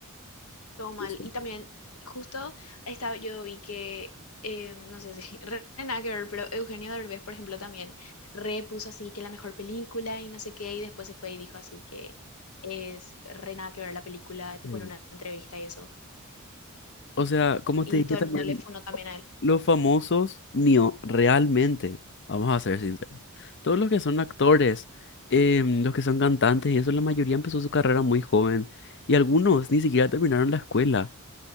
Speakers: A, on the left; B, on the left.
A: todo mal.
B: No sé.
A: Y también, justo estaba, yo vi que, eh, no sé si, <laughs> re nada que ver, pero Eugenio Derbez, por ejemplo, también repuso así que la mejor película y no sé qué, y después se fue y dijo así que es re nada que ver la película, tipo
B: Sí.
A: en una entrevista y eso.
B: O sea, como
A: Y
B: te dije
A: todo
B: también,
A: el mundo le funó también a él.
B: los famosos, no, realmente, vamos a ser sinceros, todos los que son actores, em, los que son cantantes y eso, la mayoría empezó su carrera muy joven y algunos ni siquiera terminaron la escuela.